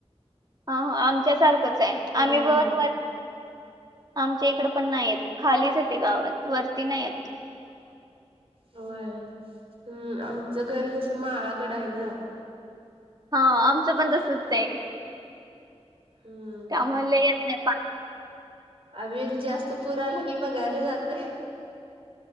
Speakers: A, on the right; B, on the right.
A: हा आमच्या सारखंच आहे आम्ही
B: नाही
A: बरो
B: एवढं
A: आमच्या इकड पण नाहीयेत खालीच येते गावात वरती नाही आहेत
B: होय हम्म आम च घर जस माळाकड आहे ग
A: हा आमचं पण तसच त्या
B: हम्म
A: आम्हाला येत नाही प
B: अमिल जास्त पुराला कि बघायला जातय